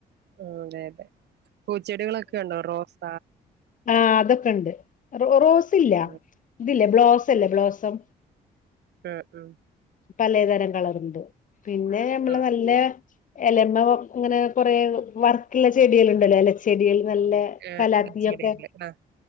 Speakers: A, on the right; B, on the left.
A: ഉം അതെ അതെ പൂച്ചെടികളൊക്കെ ഉണ്ടോ റോസ്
B: ആഹ് അതൊക്കെ ഉണ്ട് റോസ് ഇല്ല
A: ഉം
B: ഇതില്ലേ ബ്ലോസല്ലേ ബ്ലോസം
A: ആഹ് ഉം
B: പലേതരം കളറുണ്ട് പിന്നെ നമ്മള്
A: ആഹ്
B: നല്ലെ എലമ്മ അങ്ങനെ കൊറെ വർക്കുള്ള ചെടികൾ ഉണ്ടല്ലോ എല ചെടിയിൽ നല്ല
A: ആഹ്
B: കലാത്തിയൊക്കെ
A: ചെടികള് ആഹ്